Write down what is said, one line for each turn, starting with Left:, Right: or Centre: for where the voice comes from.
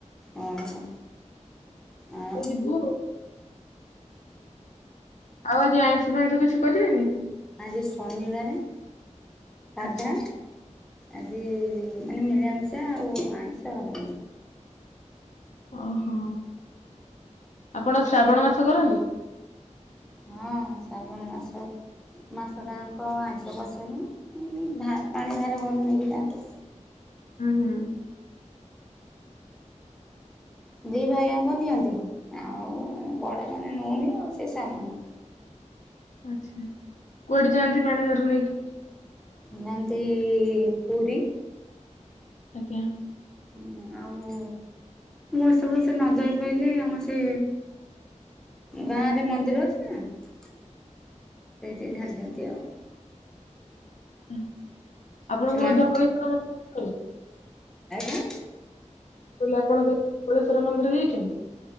Centre: ଓହୋ ଆଉ
Left: <inaudible> ଯିବୁ ଆଉ। ଆଉ ଆଜି ଆଇଁଷ ଫାଇଁଷ କିଛି କରିବେନି?
Centre: ଆଜି ଶନିବାରେ ସାଧା।
Left: ଆଚ୍ଛା।
Centre: ଆଜି ମାନେ ମିଳାମିଷା ଆଉ ଆଇଁଷ ହବନି।
Left: ଓଃହଁ ଆପଣ ଶ୍ରାବଣ ମାସ କରନ୍ତି?
Centre: ହଁ ଶ୍ରାବଣ ମାସ ମାସଟା ୟାଙ୍କ ଆଇଁଷ ପଶେନି ଉଁ ଭା ପାଣି ଭାର ଘରୁ ନେଇକି ଯାଆନ୍ତି।
Left: ଉଁ ହୁଁ।
Centre: ଦି ଭାଇଆଙ୍କ ନିଅନ୍ତି। ଆଉ ଏଁ ବଡ ମାନେ ନଉନି ଆଉ ସେ ସାନ ନଉଚି।
Left: ଆଛା କୁଆଡେ ଯାଆନ୍ତି ପାଣି ଭାର ନେଇକି?
Centre: ଯାଆନ୍ତି ପୁରୀ‌‌।
Left: ଆଜ୍ଞା।
Centre: ଉଁ ଆଉ। ବର୍ଷ ବର୍ଷେ ନ ଯାଇ ପାଇଲେ ଆମ ସେ ଗାଁରେ ମନ୍ଦିର ଅଛି ନା। ସେଇଠି ଢାଲି ଦିଅନ୍ତି ଆଉ।
Left: ଉଁ ଆପଣଙ୍କର
Centre: ସେମାନେ
Left: ଧବଳେଶ୍ଵର ମନ୍ଦିର। <inaudible>
Centre: ଆଜ୍ଞା।
Left: ମୁଁ କଇଲି ଆପଣ କେବେ ଧବଳେଶ୍ଵର ମନ୍ଦିର ଯାଇଚନ୍ତି?